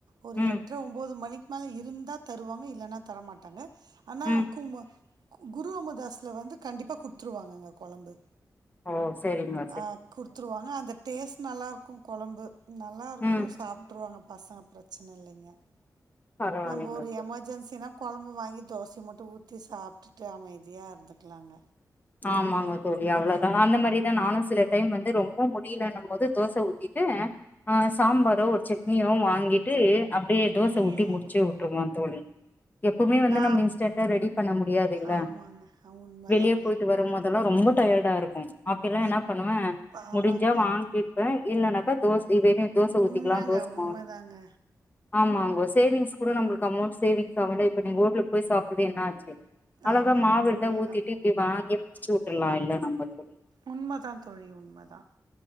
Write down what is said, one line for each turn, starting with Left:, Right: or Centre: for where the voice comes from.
Right: ஒரு
Left: ம்
Right: எட்ர ஒம்போது மணிக்கு மேல இருந்தா தருவாங்க இல்லன்னா தரமாட்டாங்க ஆனா
Left: ம்
Right: கும்மு குரு அமு தாஸ்ல வந்து கண்டிப்பா குடுத்துருவாங்கங்க கொழம்பு
Left: ஓ சேரிங்க
Right: ஆ குடுத்துருவாங்க அந்த டேஸ்ட் நல்லாருக்கு கொழம்பு நல்லாருக்கு
Left: ம்
Right: சாப்ட்ருவாங்க பசங்க பிரச்சன இல்லைங்க
Left: பரவால்லைங்க
Right: நாம்ப ஒரு எமர்ஜென்சினா கொழம்பு வாங்கி தோசய மட்டு ஊத்தி சாப்ட்டுட்டு அமைதியா இருந்துக்கலாங்க
Left: ஆமாங்க தோழி அவ்ளோதா
Right: ஆமா
Left: அந்த மாரிதா நானு சில டைம் வந்து ரொம்ப முடியலனு போது தோச ஊத்திட்ட ஆ சாம்பாரோ ஒரு சட்னியோ வாங்கிட்டு அப்டே தோச
Right: ம்
Left: ஊத்தி முடிச்சு உட் ருவா தோழி எப்போமே வந்து
Right: நா
Left: நம்ம இன்ஸ்டன்டா ரெடி பண்ண முடியாது இல்ல
Right: ஆமாங்க உண்மதாங்க
Left: வெளிய போய்ட்டு வர ம்போதல்லா ரொம்ப டயர்டா இருக்கு அப்பைலா என்ன
Right: இப்
Left: பண்ணுவ
Right: ஆமாங்க
Left: முடிஞ்சா வாங்கிப்ப இல்லனாக்கா தோசையிவே தோச ஊத்திக்கலா
Right: உண்மங்க
Left: தோச
Right: உண்மதாங்க
Left: மாவ் ஆமாங்கோ சேவிங்ஸ் கூட நம்மளுக்கு அமௌண்ட் சேவிங்ஸ் ஆகுல இப்ப நீங்க ஓட்டலுக்கு போயி சாப்டது என்ன ஆச்சு அழகா
Right: ஆமாங்க
Left: மாவு இருந்தா
Right: உண்மதா
Left: ஊத்திட்டு இப்டி வாங்கி முடிச்சூட்டர்லா இல்ல நம்ம தோழி
Right: உண்மதா தோழி உண்மதா